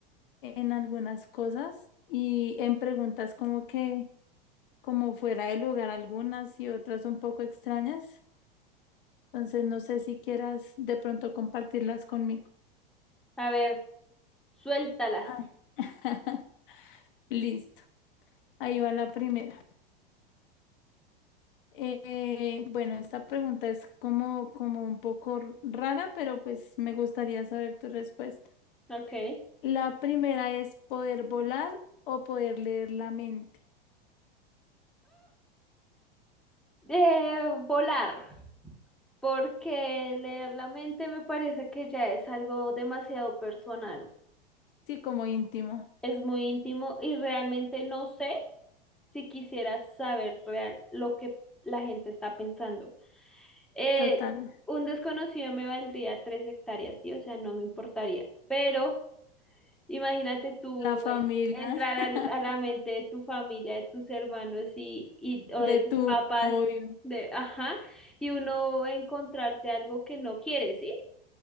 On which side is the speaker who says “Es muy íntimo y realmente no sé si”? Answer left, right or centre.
Centre